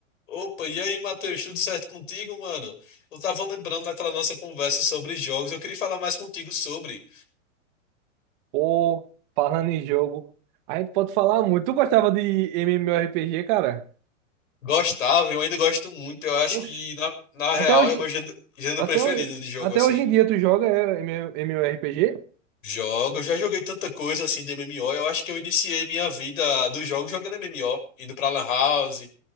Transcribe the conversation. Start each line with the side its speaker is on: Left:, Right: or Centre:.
Left: Opa, e aí, Matheus, tudo certo contigo, mano? Eu tava lembrando daquela nossa conversa sobre jogos, eu queria falar mais contigo sobre.
Right: Ou falando em jogo, a gente pode falar muito. Tu gostava de MMORPG, cara?
Left: Gostava, eu ainda gosto muito, eu acho
Right: Oxi.
Left: que, na, na real,
Right: Até hoje,
Left: é meu gênero, gênero
Right: até,
Left: preferido
Right: hoje-
Left: de jogo,
Right: até
Left: assim.
Right: hoje em dia tu joga é, MMORPG?
Left: Jogo, eu já joguei tanta coisa, assim, de MMO, eu acho que eu iniciei minha vida dos jogos jogando MMO, indo pra Lan House,